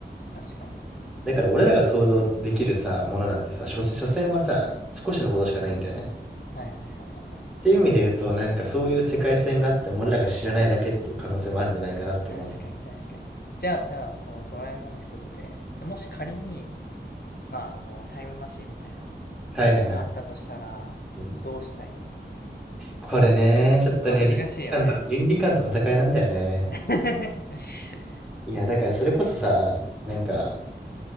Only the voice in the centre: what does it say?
だから俺らが想像できるさ、ものなんてさ、所詮、所詮はさ、少しのことしかないんだよね。
っていう意味で言うと、なんかそういう世界線があっても俺らが知らないだけっていう可能性もあるんじゃないかなって思うんだ。
はいはいはい。
うん、
これね、ちょっとね、
倫理観との、倫理観と戦いなんだよね。
いや、だからそれこそさ、なんか、